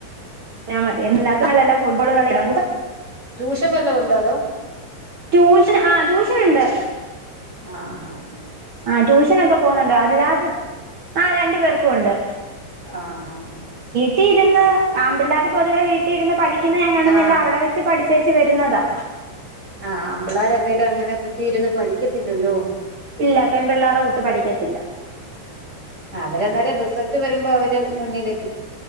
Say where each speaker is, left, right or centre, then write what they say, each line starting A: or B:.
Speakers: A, on the right; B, on the right.
A: ഞാ മതി എല്ലാത്തുംെല്ലാം ഫുട്ബോള ഇട
B: ട്യൂഷൻവല്ലോം ഉണ്ടോ അതോ
A: ട്യൂഷൻ ആ ട്യൂഷനുണ്ട്
B: ആഹ് ആഹ്
A: ആഹ ട്യൂഷനൊക്കെ പോന്നുണ്ടോ അല്ലാതെ ആ രണ്ടു പേർക്കും ഉണ്ട്
B: ആഹ ആഹ് ആഹ്
A: കിട്ടി ഇരുന്ന് ആമ്പിള്ളേർ പൊതുവെ വീട്ട രുന്ന് പഠിക്കുന്ന ഞങ്ങ കാണുന്നല്ല
B: ആ ആ
A: അവിടെ വെച്ച് പഠിച്ച ചേച്ചി വരുന്നതാ
B: ആഹ് അമ്പുളാരല്ലേലും അങ്ങനെ കുത്തി ഇരുന്ന് പഠിക്ക ക്കതില്ലല്ലോ
A: ഇല്ല പെൺപിള്ളേരെ കൂട്ട് പഠിക്കത്തില്ല
B: ആ അവരെന്നാലും റിസൾട്ട് വരുമ്പോ അവര് മുന്നിലെ ക്